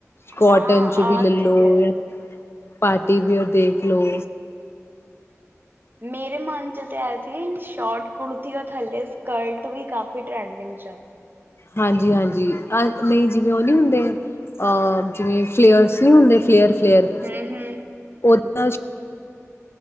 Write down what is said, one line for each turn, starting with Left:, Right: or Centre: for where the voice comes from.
Left: ਕੋਟਨ
Right: ਹਾਂ
Left: ਚ
Right: ਆ
Left: ਵੀ ਲਲੋ
Right: ਤੇ ਗਏ
Left: ਯਾ। ਪਾਰਟੀਵੇਅਰ ਦੇਖ ਲਓ।
Right: ਮੇਰੇ ਮਨ ਚ ਤੇ ਐ ਸੀ ਸ਼ੋਟ ਕੁੜਤੀ ਓ ਥੱਲੇ ਸਕਰਟ ਵੀ ਕਾਫੀ ਟਰੈਂਡਿੰਗ ਚ ਐ।
Left: ਹਾਂਜੀ-ਹਾਂਜੀ, ਅਹ ਨਈ ਜਿਵੇਂ ਓ ਨਈ ਹੁੰਦੇ। ਆ ਜਿਵੇਂ ਫਲੇਅਰਸ ਨਈ ਹੁੰਦੇ ਫਲੇਅਰ-ਫਲੇਅਰ
Right: ਹੂੰ-ਰੂੰ।
Left: ਪੋਤਾ ਚ